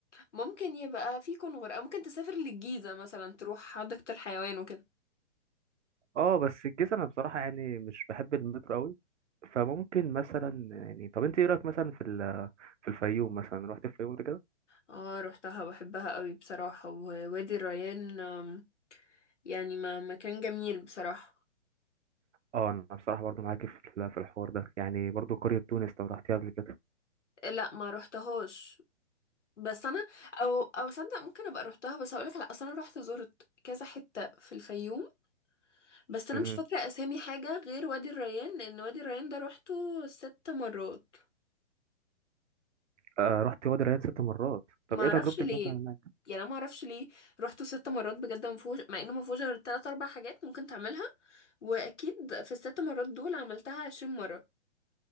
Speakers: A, on the left; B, on the right.
A: ممكن يبقى فيه كونغر أو ممكن تسافر للجيزة مثلا تروح حديقة الحيوان وكده
B: اه بس الجيزة انا بصراحة يعني مش بحب المترو قوي فممكن مثلا يعني طب انت ايه رأيك مثلا في ال- في الفيوم مثلا رحت الفيوم قبل كده
A: اه روحتها بحبها قوي بصراحة ووادي الريان آم، يعني ما مكان جميل بصراحة
B: اه انا بصراحة برضو معاكي في ال- في الحوار ده يعني برضو قرية تونس لو رحتيها قبل كده
A: لا ما روحتهاش بس انا او او صدق ممكن ابقى روحتها بس هقولك على اصل انا روحت زرت كذا حتة في الفيوم بس انا
B: امم
A: مش فاكرة اسامي حاجة غير وادي الريان لان وادي الريان ده روحته ست مرات
B: آه رحت وادي الريان ست مرات طب
A: ما
B: ايه
A: اعرفش
B: تجربتك
A: ليه
B: مثلا هناك
A: يعني انا ما اعرفش ليه روحته ست مرات بجد ما فيهوش مع انه ما فيهوش غير تلات اربع حاجات ممكن تعملها واكيد في الست مرات دول عملتها عشرين مرة